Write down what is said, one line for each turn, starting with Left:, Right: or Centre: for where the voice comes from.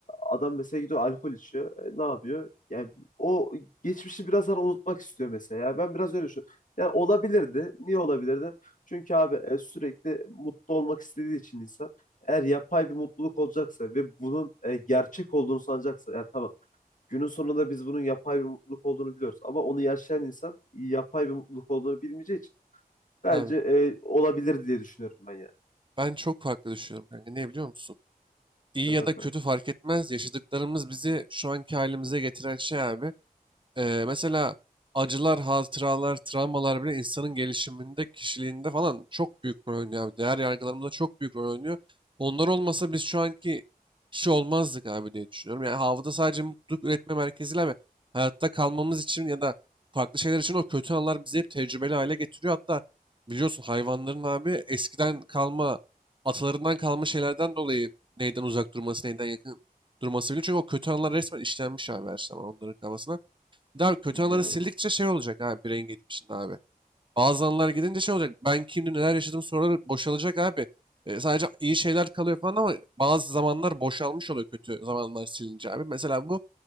Left: adam mesela gidiyor alkol içiyor. E, ne yapıyor? Yani o geçmişi biraz hani unutmak istiyor mesela. Yani ben biraz öyle düşünüyorum. Yani olabilirdi. Niye olabilirdi? Çünkü abi e, sürekli mutlu olmak istediği için insan eğer yapay bir mutluluk olacaksa ve bunun e, gerçek olduğunu sanacaksa ya tamam Günün sonunda biz bunun yapay bir mutluluk olduğunu biliyoruz. Ama onu yaşayan insan yapay bir mutluluk olduğunu bilmeyeceği için bence
Right: Abi,
Left: e, olabilir diye düşünüyorum ben yani.
Right: ben çok farklı düşünüyorum kanka. Ne biliyor musun? İyi
Left: Neden
Right: ya da
Left: kanka?
Right: kötü fark etmez. Yaşadıklarımız bizi şu anki halimize getiren şey abi. Ee, mesela acılar, hatıralar, travmalar bile insanın gelişiminde, kişiliğinde falan çok büyük rol oynuyor abi. Değer yargılarımızda çok büyük rol oynuyor. Onlar olmasa biz şu anki kişi olmazdık abi diye düşünüyorum. Yani havada sadece mutluluk üretme merkeziyle ve hayatta kalmamız için ya da farklı şeyler için o kötü anlar bizi hep tecrübeli hale getiriyor. Hatta biliyorsun hayvanların abi eskiden kalma, atalarından kalma şeylerden dolayı neyden uzak durması, neyden yakın durması bile. Çünkü o kötü anlar resmen işlenmiş abi her zaman onların kafasına. Bir daha kötü
Left: Yani,
Right: anıları sildikçe şey olacak abi bireyin geçmişinde abi. Bazı anılar gidince şey olacak. Ben kimdim neler yaşadım soruları boşalacak abi. E, sadece iyi şeyler kalıyor falan ama bazı zamanlar boşalmış oluyor kötü zamanlar silince abi. Mesela bu